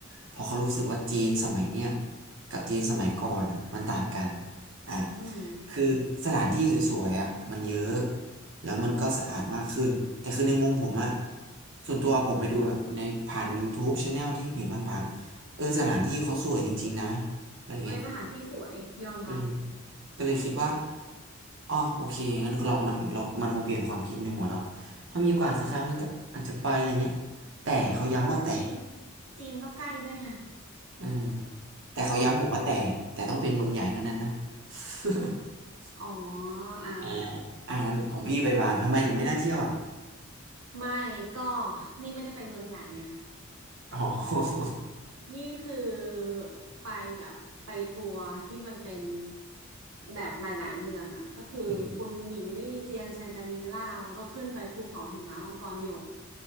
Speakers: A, on the right; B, on the right.
A: เพอเขารู้สึกว่าจีนสมัยเนี้ยกับจีนสมัยก่อนอ่ะมันต่างกันอ่ะ
B: <laughs> อืม
A: คือสถานที่สวยๆอ่ะมันเยอะแล้วมันก็สะอาดมากขึ้นแต่คือในมุมผมอ่ะส่วนตัวผมไปดูแบบในผ่าน YouTube Channel ที่เห็นผ่านๆเออสถานที่เขาสวยจริงๆนะอะไรเงี้ย
B: เอ้ยสถานที่สวยยอมรับ
A: อืมก็เลยคิดว่า อ๋อโอเคงั้นเรามันเรามันคงเปลี่ยนความคิดในหัวเราถ้ามีโอกาสสักครั้งหนึ่งก็อาจจะไปอะไรเงี้ยแต่เขาย้ำว่าแต่
B: เพราะว่าจีนจีนก็ใกล้ด้วยไง
A: เออแต่เขาย้ำผมว่าแต่แต่ต้องเป็นเมืองใหญ่เท่านั้นนะ
B: อืม
A: <laughs>
B: อ๋ออ่ะ
A: อ่า <laughs> อ่างั้นของพี่ไปบาหลีทำไมถึงไม่น่าเที่ยวอ่ะ
B: ไม่ก็นี่ไม่ได้ไปเมืองใหญ่ไง
A: อ๋อ <laughs>
B: นี่คือไปแบบไปทัวร์ที่มันเป็นแบบหลายๆเมืองอ่ะก็คือคุณหมิงลี่เจียงแชงกรีล่าแล้วก็ขึ้นไปภูเขาหินหมามังกรหยก
A: อืม